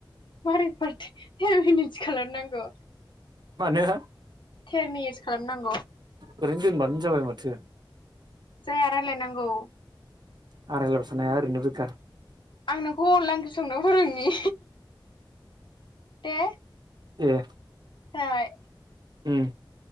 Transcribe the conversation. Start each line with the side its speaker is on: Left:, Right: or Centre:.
Left: मारै फार थेर' मिनिट खालामनांगौ।
Right: मानो
Left: थेर मिनितस खालामनांगौ।
Right: ओरैनो दोनबानो जाबाय माथो।
Left: जाया रायलायनांगौ।
Right: आं रायलायबाय थानो हाया ओरैनो बेखार।
Left: आं नोंखौ अनला ओंख्रि संनो फोरोंनि। दे
Right: ए
Left: खोनाबाय
Right: ओम